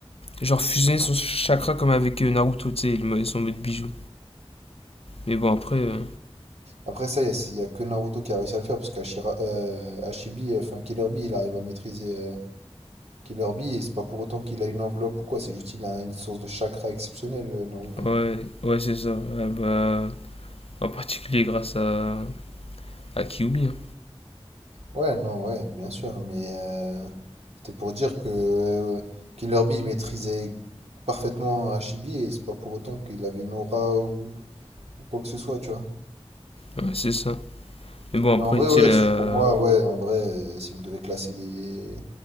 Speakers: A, on the left; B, on the right.
A: genre, fusionner son chakra comme avec euh, Naruto, tu sais, et le mo- et son mode bijou. Mais bon, après. euh,
B: Après ça, il n'y a, y a que Naruto qui a réussi à le faire parce qu'Ashira, euh, Ashibi, enfin Killer Bee, il arrive à maîtriser euh, Killer Bee et c'est pas pour autant qu'il a une enveloppe ou quoi, c'est juste qu'il a une source de chakra exceptionnelle, euh, Naruto.
A: Ouais, ouais, c'est ça. Ah bah, en particulier grâce à, à Kyuubi, hein.
B: Ouais, non, ouais, bien sûr, mais euh, c'était pour dire que euh, Killer Bee il maîtrisait parfaitement Ashibi et c'est pas pour autant qu'il avait une aura ou, ou quoi que ce soit, tu vois.
A: Ouais, c'est ça. Mais bon,
B: Mais
A: après,
B: en vrai,
A: tu sais,
B: ouais,
A: la...
B: si- pour moi, ouais, en vrai, euh, si on devait classer les,